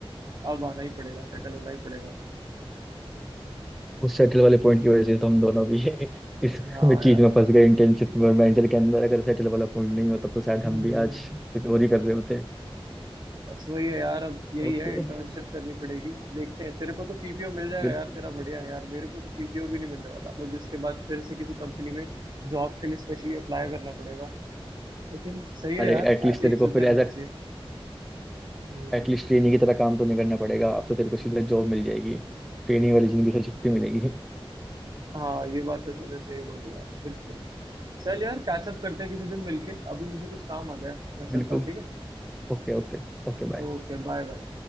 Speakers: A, on the right; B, in the centre.
A: अब आना ही पड़ेगा सेटल होना ही पड़ेगा हमें
B: उस सेटल वाले पॉइंट की वजह से तो हम दोनों भी <laughs> इस
A: हाँ
B: चीज
A: यार
B: में फंस गए इंटर्नशिप में और वेंचर के अंदर अगर सेटल वाला पॉइंट नहीं होता तो शायद
A: हम्म
B: हम भी आज कुछ और ही कर रहे होते
A: बस वही है यार अब यही
B: ओके
A: है इंटर्नशिप करनी पड़ेगी देखते हैं तेरे को तो पीपीओ मिल जाएगा
B: बिल्कुल
A: यार तेरा बढ़िया है यार मेरे को तो पीपीओ भी नहीं मिलने वाला मुझे इसके बाद फिर से किसी कंपनी में जॉब के लिए स्पेशली अप्लाई करना पड़ेगा लेकिन सही है
B: अरे
A: यार
B: एटलीस्ट
A: ऐसे
B: तेरे
A: ही
B: को
A: चलते
B: फिर
A: रहना
B: एज
A: चाहिए
B: अ
A: हम्म,
B: एटलीस्ट ट्रेनी की तरह काम तो नहीं करना पड़ेगा अब तो तेरे को सीधा जॉब मिल जाएगी ट्रेनिंग वाली जिंदगी से छुट्टी मिलेगी
A: हाँ ये बात तो तूने सही बोली यार बिल्कुल चल यार कैचअप करते हैं किसी दिन मिलके अभी मुझे कुछ काम आ गया है मैं
B: बिल्कुल
A: चलता हूँ ठीक है
B: Okay okay Okay bye
A: Okay bye bye